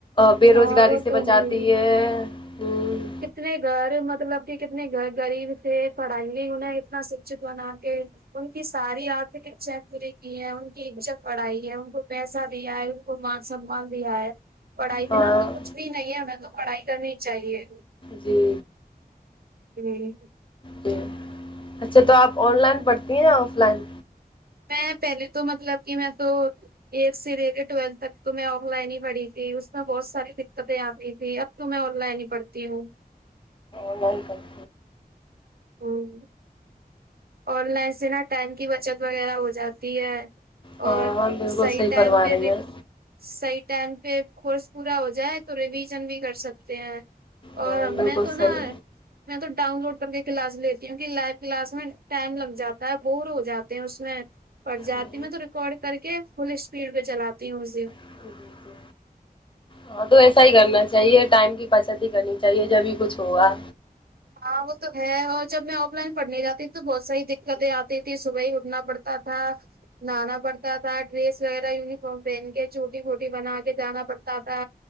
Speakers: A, on the left; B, on the right.
A: بے روزگاری
B: ہاں وہ
A: سے
B: تو
A: بچاتی
B: ہے ہی
A: ہے ہ
B: کتنے گھر مطلب کہ کتنے گھر غریب تھے پڑھائی ہو انہیں اتنا شکچت بنا کے ان کی ساری آرتک اچھاائیں پوری کی ہیں ان کی عزت بڑھائی ہے ان کو پیسہ دیا ہے اور مان سمان دیا ہے پڑھائی
A: ہاں
B: بنا تو کچھ بھی نہیں ہے ہمیں تو پڑھائی کرنی چاہیے
A: جی
B: وہی تو
A: ج اچھا تو آپ آن لائن پڑھتی ہیں یا آف لائن
B: میں پہلے تو مطلب کہ میں تو ایڑتھ سے لے کے ٹویلتھ تک تو میں آن لائن ہی پڑھی تھی اس میں بہت ساری دقتیں آ رہی تھی اب تو میں آن لائن ہی پڑھتی ہوں
A: آن لائن کر
B: ہاں آن لائن سے نا ٹائم کی بچت وغیرہ ہو جاتی ہے
A: ہاں
B: اور
A: ہاں بالکل
B: صحیح ٹائم
A: فرما
B: پہ
A: رہی ہیں
B: صحیح ٹائم پہ کورس پورا ہو جائے تو ریویژن بھی کر سکتے ہیں
A: ہاں
B: اور
A: بالکل
B: میں تو
A: صحیح
B: نا میں تو ڈاؤن لوڈ کر کے کلاس لیتی ہوں کہ لائو کلاس میں ٹائم لگ جاتا ہے بور ہو جاتے ہیں اس میں پڑ جاتی
A: جی
B: میں تو ریکارڈ کر کے فل اسپیڈ پہ چلاتی ہوں اسے
A: جی ہاں تو ایسا ہی کرنا چاہیے ٹائم کی بچت ہی کرنی چاہیے جب بھی کچھ ہوا
B: ہاں وہ تو ہے اور جب میں آف لائن پڑھنے جاتی تھی تو بہت ساری دقتیں آتی تھی صبح ہی اٹھنا پڑتا ہاں نہانا پڑتا تھا ڈریس وغیرہ ینیفارم پہن کے چھوٹی موٹی بنا کے جانا پڑتا تھا